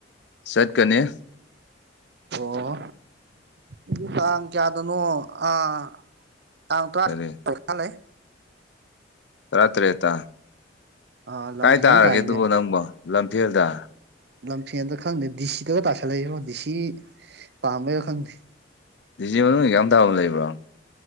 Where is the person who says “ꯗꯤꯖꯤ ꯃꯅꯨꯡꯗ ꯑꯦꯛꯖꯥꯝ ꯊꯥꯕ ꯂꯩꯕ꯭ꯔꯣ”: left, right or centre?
Left